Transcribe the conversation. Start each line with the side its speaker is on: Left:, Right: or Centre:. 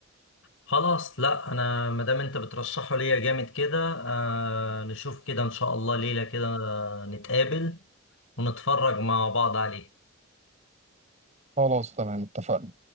Left: خلاص لا انا ما دام انت بترشحه ليا جامد كده آه نشوف كده ان شاء الله ليلة كده آه، نتقابل ونتفرج مع بعض عليه
Right: خلاص تمام اتفقنا